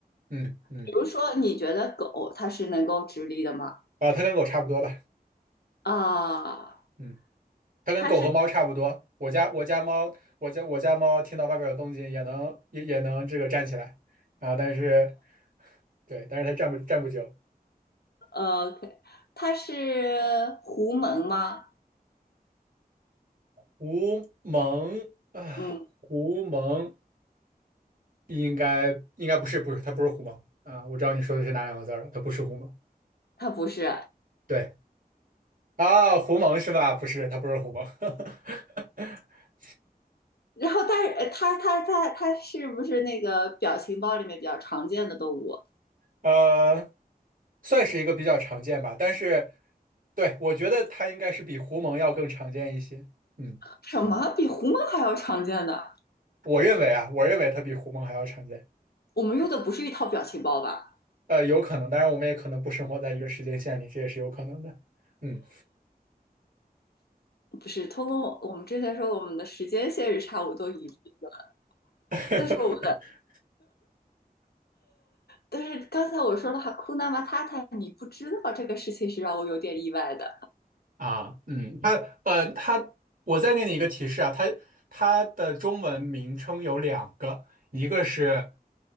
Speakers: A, on the right (about 60°); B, on the left (about 80°).
A: 嗯嗯，
B: 比如说，你觉得狗它是能够直立的吗？
A: 啊，它跟狗差不多吧。
B: 啊，
A: 嗯。它跟狗和猫差不多。
B: 它是
A: 我家我家猫，我家我家猫听到外边有动静也能也也能这个站起来啊，但是对，但是它站不站不久。
B: 呃，它是狐獴吗？
A: 狐獴啊，
B: 嗯。
A: 狐獴应该应该不是不是，它不是狐獴啊，我知道你说的是哪两个字儿了，它不是狐獴。
B: 他不是。
A: 对啊，狐獴是吧？不是，它不是狐獴。<laughs>
B: 然后但是呃他他他它是不是那个表情包里面比较常见的动物？
A: 呃，算是一个比较常见吧，但是对，我觉得它应该是比狐獴要更常见一些。嗯。
B: 什么比狐獴还要常见的？
A: 我认为啊，我认为它比狐獴还要常见。
B: 我们用的不是一套表情包吧？
A: 呃，有可能，当然我们也可能不生活在一个时间线里，这也是有可能的。嗯。
B: 不是，通过我们之前说我们的时间线是差不多一致的，
A: <laughs>
B: 但是我但是刚才我说了哈库纳马塔塔，你不知道这个事情是让我有点意外的。
A: 啊，嗯，它呃，它，我再给你一个提示啊，它它的中文名称有两个，一个是